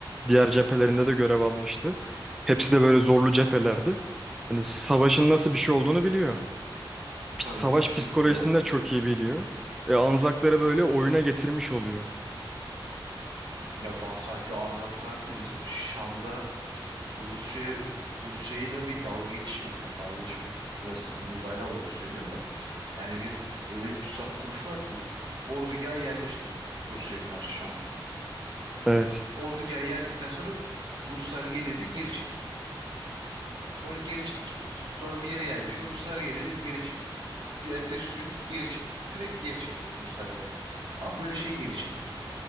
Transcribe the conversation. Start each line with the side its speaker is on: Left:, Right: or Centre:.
Centre: diğer cephelerinde de görev almıştı. Hepsi de böyle zorlu cephelerdi. Hani savaşın nasıl bir şey olduğunu biliyor pis-
Right: Tabii
Centre: savaş
Right: bir sürü
Centre: psikolojisini
Right: yani
Centre: de çok iyi biliyor. E, Anzakları böyle oyuna getirmiş oluyor.
Right: ya bazı sadece Anzaklar değil mesela Şam'da Rusya Rusya ile bir dalga geçişi var. Yani dalga geçmek biraz mübalağa olarak söylüyorum da. Yani bir öyle bir tuzak kuruşu var ki ordugaha yerleştiriyor Rusya'ya karşı Şam'da.
Centre: Evet.
Right: Ordugaha yerleştikten sonra Ruslar geliyor diye geri çekiliyor. Sonra geri çekiliyor. Sonra bir yere yerleşiyor. Ruslar geliyor diye geri çekiliyor. Bir ertesi gün geri çekiliyor. Sürekli geri çekiliyor Ruslar geldi. Ama böyle şey geri çekiliyor.